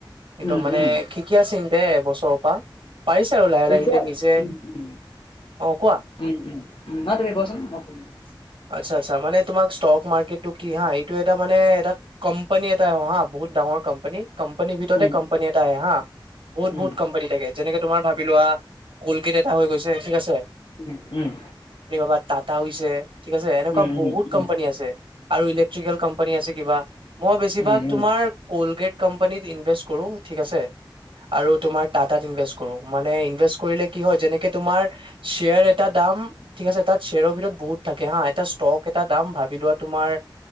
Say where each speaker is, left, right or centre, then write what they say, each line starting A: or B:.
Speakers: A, on the right; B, on the left.
A: কিন্তু
B: উম
A: মানে
B: উম।
A: শিকী আছে সিহঁতে এবছৰৰ পৰা পাৰিছে আৰু লাহে
B: তেতিয়া
A: লাহ সিহঁতে নিজে
B: উম উম।
A: অ', কোৱা
B: উম, উম, উম, নহয় তুমি কোৱাচোন মই শুনিলো।
A: আচ্ছা আচ্ছা মানে তোমাক ষ্টক মাৰ্কেটটো কি হা এইটো এটা মানে এটা কম্পানী এটা আৰু হা বহুত ডাঙৰ কম্পানী কম্পানীৰ ভিতৰতেই
B: উম,
A: কম্পানী এটা আহে হা বহুত
B: উম,
A: বহুত কম্পানী থাকে যেনেকে তোমাৰ ভ বি লোৱা কলগেট এটা হৈ গৈছে ঠিক আছে
B: উম, উম,
A: বা টাটা হৈছে ঠিক আছে এনেকুৱা
B: উম, উম,
A: বহুত
B: উম,
A: কোম্পানী আছে আৰু ইলেক্ট্ৰিকেল কোম্পানী আছে কিবা মই বেচিভাগ
B: উম, উম, উম,
A: তোমাৰ কলগেট কোম্পানীত ইনভেষ্ট কৰো ঠিক আছে আৰু তোমাৰ টাটাত ইনভেষ্ট কৰো, মানে ইনভেষ্ট কৰিলে কি হয় যেনেকে তোমাৰ চেয়াৰ এটা দাম ঠিক আছে তাত শ্বেয়ৰৰ ভিতৰত বহুত থাকে হা এটা ষ্টক এটা দাম ভাবি লোৱা তুমাৰ